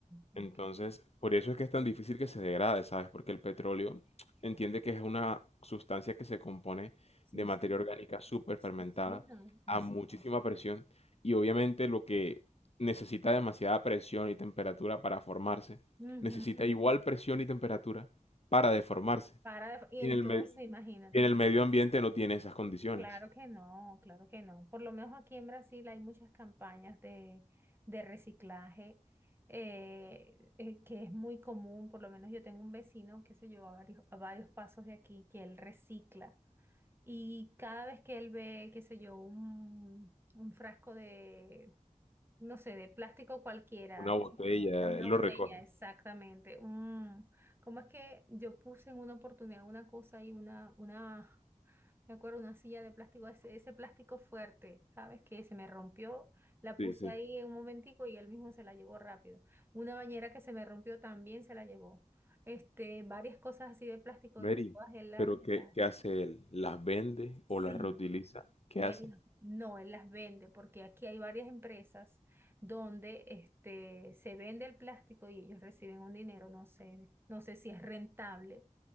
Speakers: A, on the right; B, on the left.
A: ok.
B: Entonces, por eso es que es tan difícil que se degrade, ¿sabes? Porque el petróleo entiende que es una sustancia que se compone
A: Sí,
B: de materia
A: señor.
B: orgánica súper
A: Sí,
B: fermentada
A: señor. Así
B: a muchísima
A: es.
B: presión y obviamente lo que necesita demasiada presión y temperatura para formarse,
A: Ujú.
B: necesita igual presión y temperatura para deformarse.
A: Para, y
B: Y
A: entonces,
B: en el me-
A: imagínate.
B: y en el medio ambiente no tiene esas condiciones.
A: Claro que no, claro que no. Por lo menos aquí en Brasil hay muchas campañas de, de reciclaje eh, eh, que es muy común. Por lo menos yo tengo un vecino, qué sé yo, a varios, a varios pasos de aquí, que él recicla. Y cada vez que él ve, qué sé yo, un, un frasco de, no sé, de plástico cualquiera,
B: Una botella
A: qué sé yo, una
B: eh, lo
A: botella,
B: recoge.
A: exactamente. Un, ¿cómo es que yo puse en una oportunidad una cosa y una, una... Me acuerdo una silla de plástico, ese, ese plástico fuerte, ¿sabes? Que se me rompió, la
B: Sí,
A: puse
B: sí.
A: ahí en un momentico y él mismo se la llevó rápido. Una bañera que se me rompió también se la llevó. Este, varias cosas así de plástico
B: Mary,
A: y todas él las,
B: pero ¿qué,
A: las-
B: qué hace él? ¿Las vende
A: Sí,
B: o las reutiliza? ¿Qué
A: él
B: hace?
A: no, él las vende porque aquí hay varias empresas donde este, se vende el plástico y ellos reciben un dinero, no sé, no sé si es rentable,